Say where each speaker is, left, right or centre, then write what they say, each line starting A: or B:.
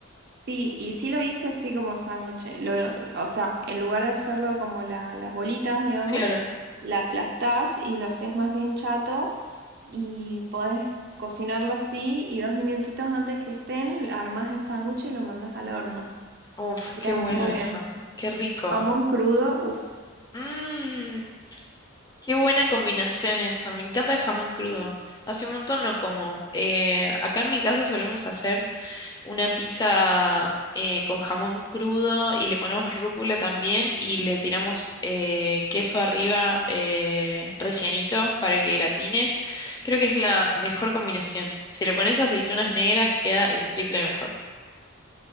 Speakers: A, on the right; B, on the left.
A: Sí, y sí lo hice así como sándwich. eh, Lo, o sea, en lugar de hacerlo como la- las bolitas, digamos,
B: Claro.
A: la aplastás y lo haces más bien chato y podés cocinarlo así y dos minutitos antes que estén, armás el sándwich y lo mandás al horno.
B: Uf,
A: Queda
B: qué bueno
A: muy
B: eso.
A: bien.
B: Qué rico.
A: Jamón crudo, uff.
B: Mmm, qué buena combinación eso. Me encanta el jamón crudo. Hace un montón no como. Eh, acá en mi casa solemos hacer una pizza eh, con jamón crudo y le ponemos rúcula también y le tiramos eh, queso arriba eh, rellenito para que gratine. Creo que es la mejor combinación. Si le pones aceitunas negras queda el triple mejor.